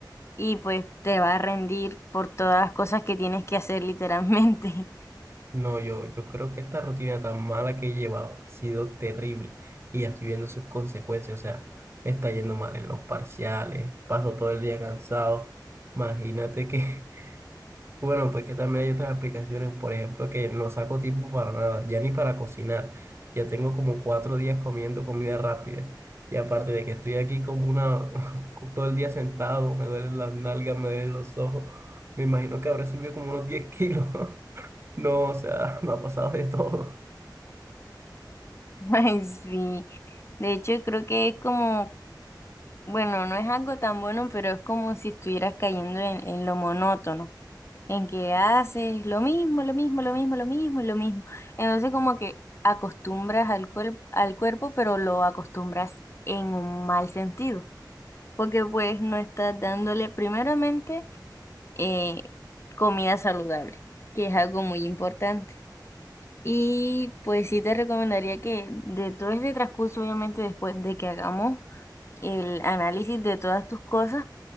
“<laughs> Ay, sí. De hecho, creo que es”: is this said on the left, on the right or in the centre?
Left